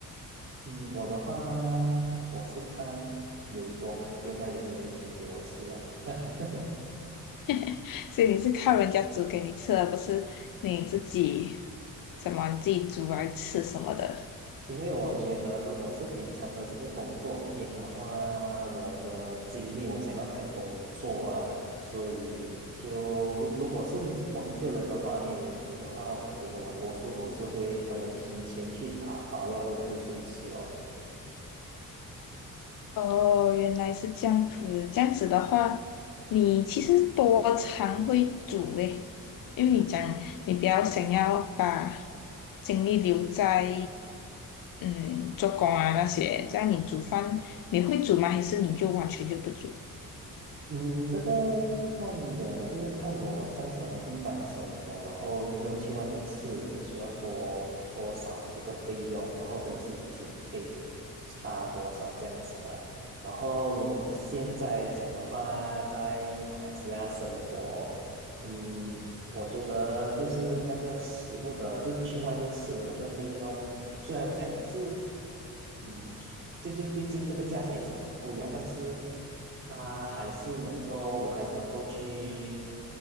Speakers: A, on the right; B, on the left.
A: 嗯，我的话，我是看有多方便啊，有没有人煮给我吃啊？<laughs>
B: <laughs> 所以你是靠人家煮给你吃，而不是你自己什么你自己煮来吃什么的。
A: 因为我觉得，如果是平常的这个工作天的话，我的精力我想要拿来工作啊，所以就如如果是我一个人的话，没有人煮的话，我觉得我多数都是会可能提前去打包，要不然就是随吃哦。
B: 哦，原来是这样子。这样子的话，你其实多常会煮诶，因为你讲你比较想要把精力留在嗯做工啊那些，这样你煮饭你会煮吗？还是你就完全就不煮？
A: 嗯，这个看的，就是看我在什么地方生活，然后就是去外面吃是需要多多少的这个费用，然后跟自己煮可以差多少这样子啊。然后如果现在讲的话，在马来西亚生活，嗯，我觉得就是那个食物的，就是去外面吃的那个费用，虽然讲是，嗯，就是最近这个价钱也是很贵啊，但是。他还是能够，我还是能够去